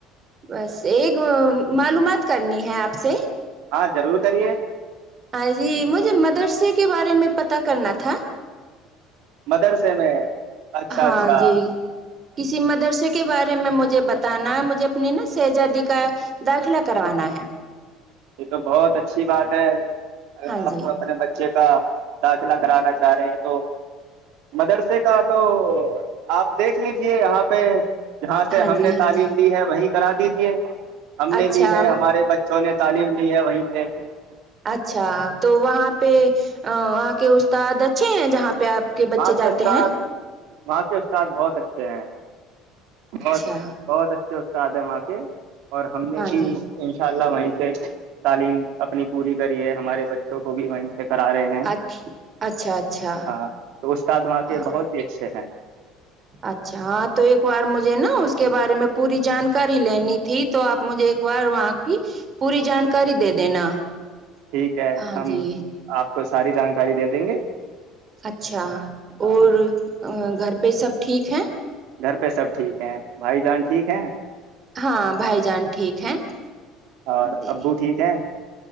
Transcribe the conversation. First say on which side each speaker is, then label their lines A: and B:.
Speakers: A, on the right (about 25°); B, on the right (about 65°).
A: بس ایک معلومات کرنی ہے آپ سے
B: ہاں ضرور کریے
A: ہاں جی مجھے مدرسے کے بارے میں پتا کرنا تھا
B: مدرسے میں اچھا
A: ہاں
B: اچھا
A: جی کسی مدرسے کے بارے میں مجھے بتانا ہے مجھے اپنی نا شہزادی کا کا داخلہ کروانا ہے
B: یہ تو بہت اچھی بات ہے اگر
A: ہاں
B: آپ
A: جی
B: اپنے بچے <unintelligible> کا داخلہ کرانا چاہ رہے ہیں تو مدرسے کا تو آپ دیکھ لیجیے یہاں پہ جہاں سے
A: ہاں
B: ہم
A: جی
B: نے
A: ہاں
B: تعلیم
A: جی
B: دی ہے وہیں کرا دیجیے ہم
A: اچھا
B: نے لی ہے ہمارے بچوں نے تعلیم ل ہے وہیں سے <unintelligible>
A: اچھا تو وہاں پہ وہاں کے استاد اچھے ہیں جہاں پہ آپ کے
B: وہاں
A: بچے جاتے
B: استاد
A: ہیں
B: وہاں کے استاد بہت اچھے ہیں بت
A: اچھا
B: بت اچ ا <unintelligible> سدا م کے <unintelligible> اور ہم نے
A: ہاں
B: بھی
A: جی
B: انشاء ان شاء اللہ وہیں سے تعلیم اپنی پوری کری ہے ہمارے بچوں کو بھی وہیں سے کرا رہے ہیں
A: اچھ اچھا اچھا
B: ہاں تو استاد وہاں
A: ہاں
B: بہت ہی اچھا اچھا ہاں
A: اچھا ہاں تو ایک بار مجھے نا اس کے بارے میں پوری جانکاری لینی تھی تو آپ مجھے ایک بار وہاں کی پوری جانکاری دے دینا
B: ٹھیک ہے
A: ہاں
B: ہم
A: جی
B: آپ کو ساری جانکاری دے دیں گے
A: اچھا
B: ہاں
A: اور گھر پہ سب ٹھیک ہیں
B: گھر پہ سب ٹھیک ہیں بھائی جان ٹھیک ہیں
A: ہاں بھائی جان ٹھیک ہے
B: اور
A: جی
B: ابو ٹھیک ہیں